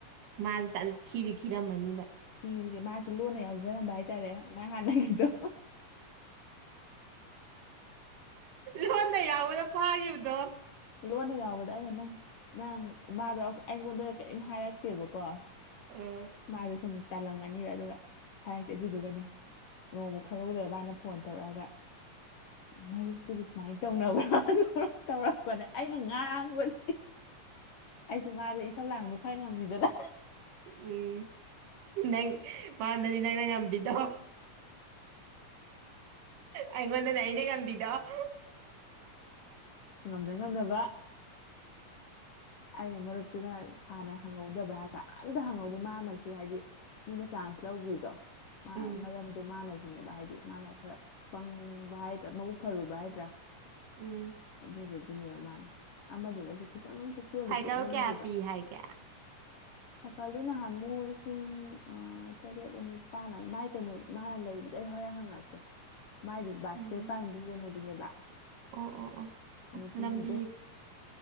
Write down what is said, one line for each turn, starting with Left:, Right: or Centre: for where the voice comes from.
Right: ꯃꯥꯁ ꯇ ꯈꯤꯗꯤ ꯈꯤꯔꯝꯃꯅꯤ
Left: ꯈꯤꯔꯒ ꯃꯥꯁꯦ ꯂꯣꯟꯅ ꯌꯥꯎꯖꯔꯝꯕ ꯍꯥꯏꯇꯥꯔꯦ ꯃꯥꯥꯏ ꯍꯥꯟꯅꯉꯦꯗꯣ
Right: ꯂꯣꯟꯅ ꯌꯥꯎꯕꯅ ꯐꯥꯈꯤꯕꯗꯣ
Left: ꯂꯣꯟꯅ ꯌꯥꯎꯕꯗ ꯑꯩꯅ ꯅꯪ ꯅꯪ ꯃꯥꯗꯣ ꯑꯩꯉꯣꯟꯗ ꯀꯔꯤꯝ ꯍꯥꯏꯔꯛꯇꯦꯕꯀꯣ
Right: ꯑ
Left: ꯃꯥꯗ ꯁꯨ ꯇꯥꯜꯂꯝꯒꯅꯤꯕ ꯑꯗꯨꯒ ꯍꯥꯏꯔꯀꯦ ꯑꯗꯨꯗꯨꯒꯅꯦ ꯅꯣꯡꯃ ꯈꯪꯍꯧꯗ ꯃꯥꯅ ꯐꯣꯟ ꯇꯧꯔꯛꯑꯒ ꯃꯔꯨꯞꯛꯇꯨꯕꯨ ꯁꯨꯃꯥꯏꯅ ꯇꯧꯅꯕ꯭ꯔꯥ ꯇꯧ ꯀ ꯑꯩꯅ ꯉꯥꯡꯕꯁꯦ ꯑꯩꯁꯨ ꯃꯥꯁꯦ ꯏꯁꯝ ꯂꯥꯡꯗꯣ ꯐꯔ ꯉꯝꯃꯤꯗꯅ
Right: ꯎꯝ ꯅꯪ ꯃꯥꯟꯗꯗꯤ ꯅꯪꯅ ꯉꯝꯕꯤꯗꯣ ꯑꯩꯒꯣꯟꯗ ꯅꯏꯅꯦꯒ ꯗ
Left: ꯉꯝꯗ ꯉꯝꯗꯕ ꯑꯩꯅ ꯃꯔꯨꯞꯇꯨꯅ ꯍꯥꯟꯅ ꯍꯪꯍꯧꯗꯕ꯭ꯔꯥ ꯍꯥꯏꯇꯥꯔꯦ ꯑꯝꯇ ꯍꯪꯍꯧꯗꯦ ꯃꯥꯅꯁꯨ ꯍꯥꯏꯗꯤ ꯃꯤꯅ ꯆꯥꯟꯁ ꯂꯧꯗ꯭ꯔꯤꯗꯣ
Right: ꯎꯝ
Left: ꯃꯔꯝꯗ ꯃꯥꯅꯁꯨ ꯁꯤꯅꯦꯕ ꯍꯥꯏꯗꯤ ꯃꯥꯅ ꯈꯔ ꯄꯪꯕ ꯍꯥꯏꯗ꯭ꯔꯥ ꯃꯎ ꯐꯔꯨꯕ ꯍꯥꯏꯗ꯭ꯔꯥ
Right: ꯎꯝ
Left: ꯑꯗꯨꯗꯨꯒꯤꯅꯦꯕ ꯃꯥꯗꯣ ꯑꯃꯗꯨꯗꯁꯨ ꯈꯤꯇꯪ ꯄꯨꯛꯆꯦꯜꯗꯣ
Right: ꯁꯥꯏꯀꯜ
Left: ꯄꯤꯛꯃꯟꯈꯤꯕ
Right: ꯀꯌꯥ ꯄꯤ ꯍꯥꯏꯒꯦ
Left: <unintelligible> ꯁꯀꯜꯗꯨ ꯅꯍꯥꯟ ꯑꯃꯨꯛ ꯂꯤꯁꯤꯡ ꯑ ꯇꯔꯦꯠ ꯑꯅꯤꯄꯥꯜ ꯑꯃ ꯃꯥꯏ ꯀꯩꯅꯣ ꯃꯥꯅ ꯂꯩꯕꯗ ꯑꯩ ꯍꯧ ꯍꯔ ꯍꯪꯉꯛꯀꯦ ꯃꯥꯏꯗꯨ ꯕꯥꯁꯀꯦꯠ
Right: ꯎꯝ
Left: ꯄꯥꯝꯕꯤ ꯀꯩꯅꯣꯗꯨꯅꯦꯕ
Right: ꯑꯣ ꯑꯣ ꯑꯣ
Left: ꯅꯨꯄꯤꯒꯤꯗꯣ
Right: ꯑꯁꯂꯝꯕꯤꯔ